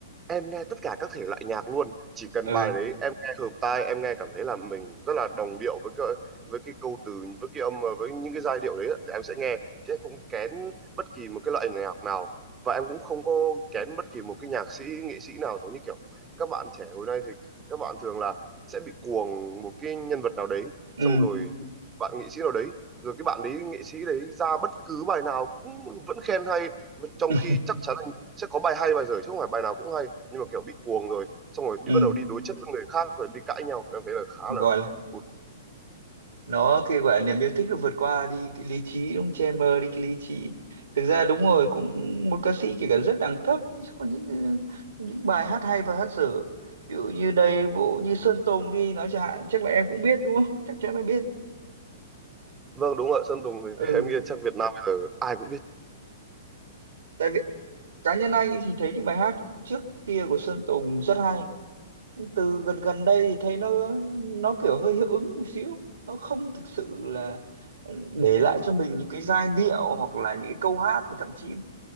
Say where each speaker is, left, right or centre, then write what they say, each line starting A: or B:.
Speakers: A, on the right; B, on the right.
A: em nghe tất cả các thể loại nhạc luôn chỉ cần
B: Ừ
A: bài đấy em nghe hợp tai em nghe cảm thấy là mình rất là đồng điệu với cái với cái câu từ với cái âm với những cái giai điệu đấy á, thì em sẽ nghe chứ em không kén bất kỳ một cái loại nhạc nào và em cũng không có kén bất kỳ một cái nhạc sĩ nghệ sĩ nào giống như kiểu các bạn trẻ hồi nay thì các bạn thường là sẽ bị cuồng một cái nhân vật nào đấy
B: ừ
A: xong rồi bạn nghệ sĩ nào đấy rồi cái bạn đấy nghệ sĩ đấy ra bất cứ bài nào cũng vẫn khen hay mà trong
B: <laughs>
A: khi chắc chắn là sẽ có bài hay bài dở chứ không phải bài nào cũng hay nhưng mà kiểu bị cuồng rồi xong rồi đi
B: ừ
A: bắt đầu đi đối chất với người khác rồi đi cãi nhau em thấy là khá
B: gọi
A: là
B: là
A: cụt.
B: nó cái gọi là niềm yêu thích nó vượt qua đi cái lý trí đúng không? che mờ đi cái lý trí thực ra đúng rồi cũng một ca sĩ kể cả rất đẳng cấp sẽ có những những bài hát hay và hát dở ví dụ như đây vụ như Sơn Tùng đi nói chẳng hạn chắc là em cũng biết đúng không chắc chắn là biết
A: vâng đúng rồi Sơn Tùng
B: ừ
A: thì <laughs> em nghĩ là chắc Việt Nam bây giờ ai cũng biết
B: tại vì cá nhân anh ấy thì thấy những bài hát trước kia của Sơn Tùng rất hay Nhưng từ gần gần đây thì thấy nó nó kiểu hơi hiệu ứng một xíu nó không thực sự là để lại cho mình những cái giai điệu hoặc là những cái câu hát mà thậm chí